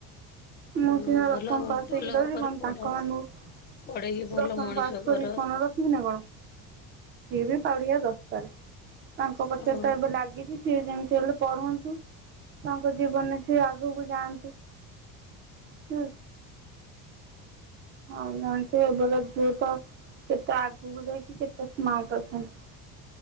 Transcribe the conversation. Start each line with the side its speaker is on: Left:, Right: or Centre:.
Right: ମୁଁ
Left: ହଁ
Right: ସିନା ଦଶମ
Left: ଭଲ
Right: ପାସ
Left: ଭଲ
Right: ହେଇକି ରହିଚି
Left: ଭାବରେ
Right: କଁ
Left: ପଢ଼ାଅ
Right: ତାଙ୍କ ମାନୁଙ୍କୁ
Left: ପଢ଼େଇକି ଭଲ
Right: ଦଶମ
Left: ମଣିଷ
Right: ପାସ
Left: କର।
Right: କରିକି କଣ ରଖିମି ନା କଣ? ସିଏ ବି ପାଉଡିଆ ଦରକାରେ ତାଙ୍କ ପଛରେ
Left: ହଁ
Right: ତ ଏବେ ଲାଗିଚି। ସିଏ ଯେମିତି ହେଲେ ପଢନ୍ତୁ ତାଙ୍କ ଜୀବନରେ ସିଏ ଆଗୁକୁ ଯାଆନ୍ତୁ ହୁଁ। ହଁ ମଣିଷ ଏବେକା ଝିଅ ତ କେତେ ଆଗକୁ ଯାଇକି କେତେ ସ୍ମାର୍ଟ ଅଛନ୍ତି।